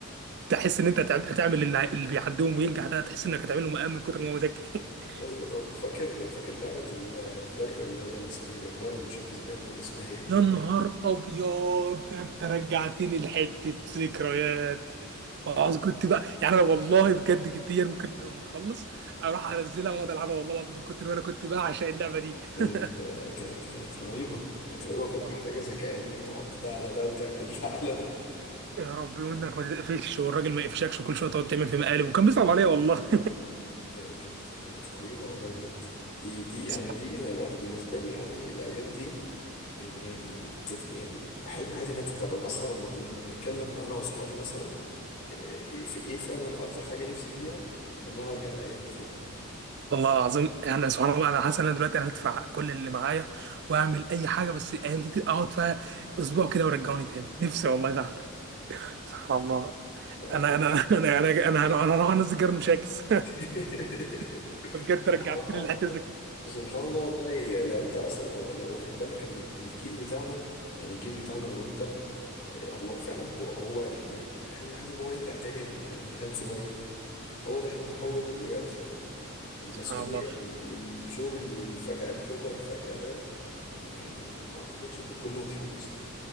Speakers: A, on the right (about 50°); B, on the left (about 70°).
A: تحس ان انت هتع- هتعمل اللي ع- اللي بيعديهم وينجح ده تحس انك هتعمله مقام من كتر ما هو ذكي <laughs>
B: ايوه طب فاكر فاكر لعبة ال- الجر اللي هو اللي اسمه ايه ده الجر المشاكس باين ولا اسمها ايه
A: يا نهار ابيض ده انت رجعتني لحته ذكريات وعاوز كنت بقى يعني انا والله بجد جديا ممكن لما نخلص اروح انزلها واقعد العبها والله العظيم من كتر ما انا كنت بعشق اللعبه دي
B: كانت
A: <laughs>
B: كانت كانت رهيبة كانت رهيبة وكانت
A: آه،
B: محتاجة ذكاء انك تحط ده على ده وتعمل <laughs> ده على ده
A: يا ربي وانك ما تقفش والراجل ما يقفشكش وكل شويه تقعد تعمل في مقالب وكان بيصعب عليا والله
B: كانت كانت كانت رهيبة والله بجد دي دي
A: <laughs>
B: انا دي انا انا بالنسبة لي يعني الايام دي يعني يعني تت- يعني حلم حياتي انها تتكرر أنا اصلا لما لما بنتكلم انا واصحابي مثلا إيه- في ايه فعلا اكتر حاجة نفسي فيها اللي انا ارجع الايام دي تاني
A: والله العظيم يعني سبحان الله انا حاسس ان انا دلوقتي انا هدفع كل اللي معايا واعمل اي حاجه بس الايام دي اقعد فيها اسبوع كده ورجعوني تاني نفسي
B: صح
A: والله فعلا سبحان الله
B: لا لا
A: انا انا انا انا انا انا انا راح انزل جرن مشاكس
B: <laughs>
A: <laughs> بجد
B: سبحان
A: رجعتني
B: الله على
A: للحته
B: فكرة
A: دي
B: سبحان الله والله لو انت اصلا لو لو واخد بالك ان الجيل بتاعنا يعني الجيل بتاعنا لو انت هو فعلا هو هو يعني حلم حياته ان هو يرجع تاني لما لما كان صغير هو ده حلم هو ده دلوقتي المسؤولية
A: سبحان الله
B: وال- والشغل والفجأة الكبر فجأة ده يعني ما اعتقدش ان الكل متحمس له